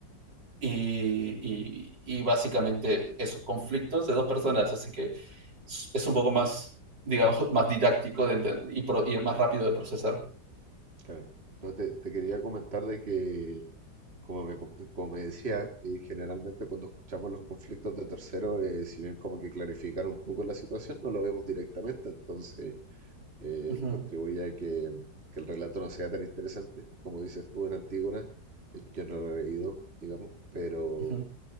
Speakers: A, on the right (about 70°); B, on the right (about 35°).
A: y, y- y básicamente esos conflictos de dos personas, así que es un poco más, digamos, más didáctico de y, pro- y más rápido de procesar.
B: Claro. No, te, te quería comentar de que Como me, co- como me decía, eh, generalmente cuando escuchamos los conflictos de terceros, eh, si bien como que clarifican un poco la situación, no lo vemos directamente, entonces eh,
A: Ujú,
B: contribuye a que, que el relato no sea tan interesante. Como dices tú en Antígona, eh, yo no lo he leído, digamos, pero
A: ujú.